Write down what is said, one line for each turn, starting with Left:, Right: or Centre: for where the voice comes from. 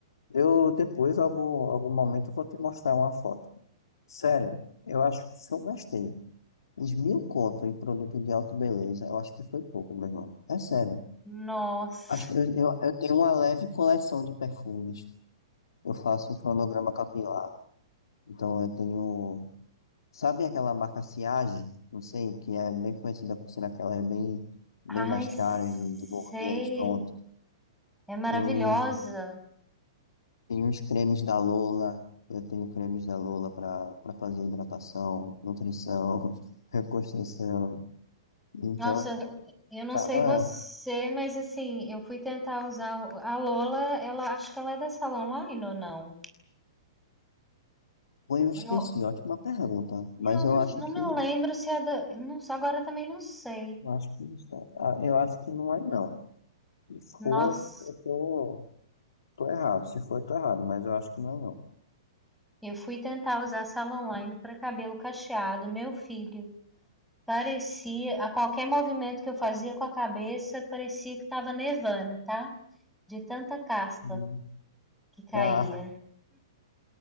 Left: Eu depois, algum, algum momento, eu vou te mostrar uma foto. Sério, eu acho que se eu gastei uns mil conto em produto de auto beleza, eu acho que foi pouco, meu irmão. É sério.
Centre: Nossa.
Left: Acho- Eu, eu, eu tenho uma leve coleção de perfumes. Eu faço um cronograma capilar. Então eu tenho. Sabe aquela marca Siage? Não sei, que é bem conhecida por ser aquelas bem, bem
Centre: Ai,
Left: mais caras
Centre: sei.
Left: de, de burguês, pronto.
Centre: É maravilhosa.
Left: Eu Tem uns cremes da Lola, eu tenho cremes da Lola para para fazer hidratação, nutrição, <laughs> reconstrução. Então,
Centre: Nossa,
Left: tipo,
Centre: eu não
Left: cada.
Centre: sei você, mas assim, eu fui tentar usar o- a Lola, ela acho que ela é da Salon Online ou não?
Left: Pô, Eu esqueci,
Centre: Eu,
Left: ótima pergunta. Mas
Centre: eu não,
Left: eu acho
Centre: não
Left: que.
Centre: me lembro se é da, não, agora também não sei.
Left: Eu acho que, não sei. Ah, eu acho que não é, não. Se for,
Centre: Nossa,
Left: eu tô, tô errado. Se for, eu tô errado, mas eu acho que não é, não.
Centre: eu fui tentar usar a Salon Online para cabelo cacheado, meu filho. Parecia, a qualquer movimento que eu fazia com a cabeça, parecia que estava nevando, tá? De tanta caspa
Left: Hum.
Centre: que caía.
Left: Ah,